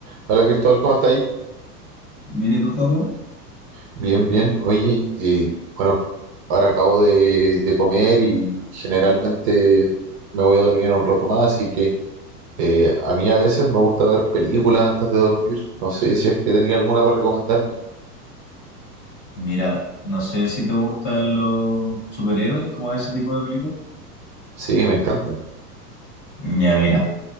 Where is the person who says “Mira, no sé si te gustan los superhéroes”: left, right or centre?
Left